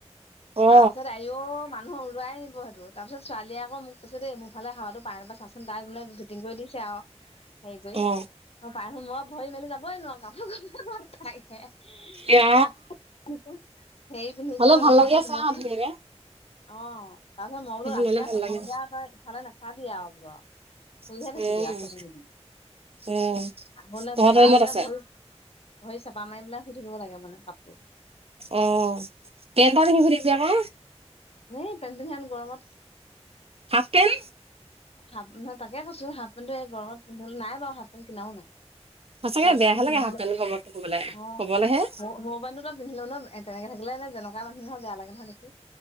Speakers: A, on the right; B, on the left.
A: অ
B: তাৰপিছত আও ম মানুহ ওলাই নিব সেইটো তাৰপিছ ছোৱালীয়ে আকৌ মোক কৈছে দেই মোৰ ফালে হাৱাটো পাই নে নাপাই চাচোন তাই মানে ভিটিং কৰি দিছে আৰু। হেৰি কৰি
A: অ
B: অ পাই নো মই ভৰি মেলি যাবই নোৱাৰো কাপোৰ কাকে
A: এয়া
B: ধ হেৰি পিন্ধিছো
A: হ'লেও ভাল
B: মেখেলাখন
A: লাগি আছে
B: পিন্ধিছোঁ।
A: আৰু ধুনীয়াকে
B: অ তাৰপিছত মই বোলো
A: সেইটো
B: ৰাতি
A: ল'লে
B: আ
A: ভাল
B: চকু
A: লাগে
B: মিয়া তই ইফালে নাচাবি আৰু বোল। শুইহে
A: উম
B: থাকিবি চকু মুদি
A: উম
B: আগলে
A: তহঁতৰ
B: কুলা
A: ৰুমত
B: আৰু মানে
A: আছে
B: ভৰি ভৰি চেপা মাৰিপেলাই শুই থাকিব লাগে মানে কাপোৰ।
A: অ কেনটাবিনি শুই থাকিবি আকৌ।
B: এ পেনট পিন্ধে নে ইমান গৰমত।
A: Half pant.
B: হাফ ন তাকে কৈছো হাফ পেণ্টটো গৰমত পিন্ধ নাই বাৰু হাফ পেণ্ট কিনাও নাই।
A: সঁচাকে
B: সৰু
A: বেয়াহে
B: পেন্ট
A: লাগে
B: পিন্ধো
A: হাফ
B: কলে,
A: পেন্ট গৰমত পিন্ধিবলে
B: অ
A: কবলেহে
B: সৰু পেণ্টটো পিন্ধিলেনো তেনেকে থাকিলে নো যেনেকুৱা মানুহ বেয়া লাগে নহয় দেখি।